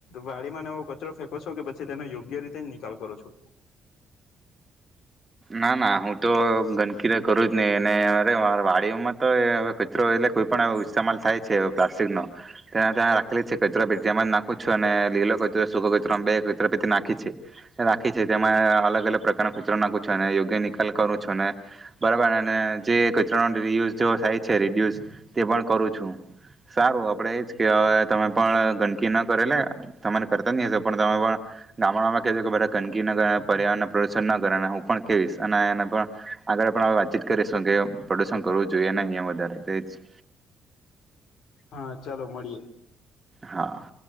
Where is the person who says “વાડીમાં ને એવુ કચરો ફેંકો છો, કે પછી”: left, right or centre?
Left